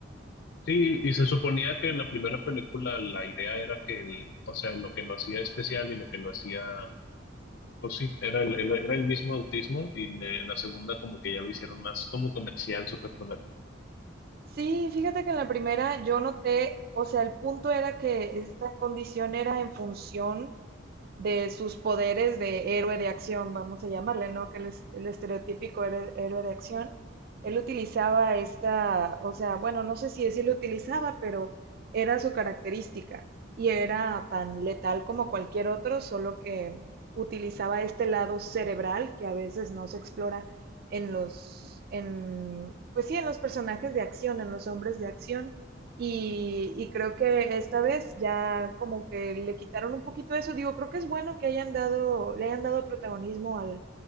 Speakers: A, on the left; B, on the right.
A: Sí, y se suponía que en la primera película la idea era que el, o sea, lo que lo hacía especial y lo que lo hacía, pues sí, era el, el- era el mismo autismo y en en la segunda como que ya lo hicieron más como comercial, super comercial.
B: Sí, fíjate que en la primera yo noté, o sea, el punto era que esta condición era en función de sus poderes de héroe de acción, vamos a llamarle, ¿no? Que el, es- el estereotípico héroe héroe de acción. Él utilizaba esta, o sea, bueno, no sé si decirlo utilizaba, pero era su característica y era tan letal como cualquier otro, solo que utilizaba este lado cerebral que a veces no se explora en los, en, pues sí, en los personajes de acción, en los hombres de acción. Y, y creo que esta vez ya como que le quitaron un poquito eso. Digo, creo que es bueno que hayan dado, le hayan dado protagonismo al,